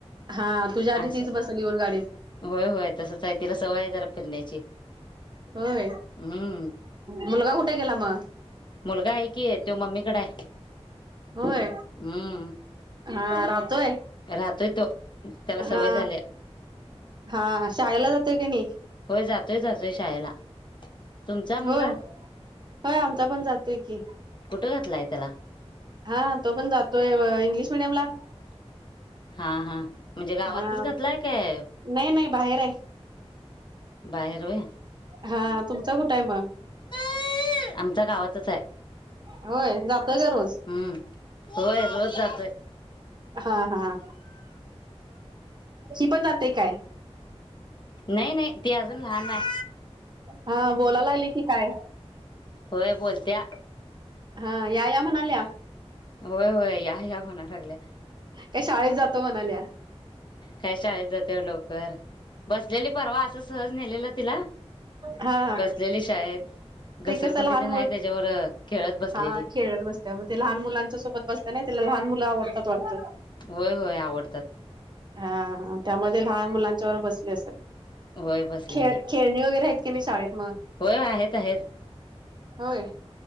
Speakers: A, on the right (about 45°); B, on the left (about 45°).
A: हा तुझ्या आधी
B: असं
A: तीच बसल येऊन गाडीत
B: होय होय तसच आहे. तिला सवय आहे जरा फिरण्याची
A: होय
B: हम्म
A: मुलगा कुठे गेला मग?
B: मुलगा आहे की, तो मम्मीकड आहे.
A: होय
B: हम्म
A: हा राहतोय.
B: राहतोय तो त्याला सवय
A: हा
B: झाली
A: हा शाळेला जातोय का नाही?
B: होय जातोय जातोय. शाळेला तुमचा
A: होय
B: मुलगा?
A: होय आमचा पण जातोय की
B: कुठं घातलाय त्याला
A: हा तो पण जातोय. इंग्लिश मीडियम ला
B: हा हा म्हणजे गावातच
A: हा
B: घातलाय काय?
A: नाही नाही बाहेर आहे
B: बाहेर होय
A: हा तुमचा कुठ मग <unintelligible>
B: <inaudible> आमच्या गावातच हाय.
A: होय, जाता का रोज?
B: हम्म, होय रोज जातोय.
A: हा-हा, शी पण जाते काय?
B: नाही-नाही, ती अजून लहान हाय.
A: हं, बोलायला लागले की काय?
B: होय बोलत्या.
A: हं, या-या म्हणाल्या?
B: व्हय-व्हय, या, या म्हणाय लागल्या.
A: का शाळेत जातो म्हणाल्या?
B: काय शाळेत जाते वं लवकर, बसलेली परवा असं सहज नेलेलं तिला
A: हा
B: बसलेली शाळेत, घसरगुंड्डी
A: ते कसं लहान
B: पण
A: मुल
B: हाय त्याच्यावर खेळत बसलेली.
A: हा खेळत बसत्या मग ते लहान मुलांच्या सोबत बसता ना त्याला लहान मुलं आवडतात वाटत.
B: होय- होय, आवडतात.
A: हं, त्यामध्ये लहान मुलांच्या वर बसले असेल.
B: होय बसलेली
A: खेळ-खेळ खेळ वगैरे आहेत कि नाही शाळेत मग?
B: होय आहेत-आहेत.
A: होय,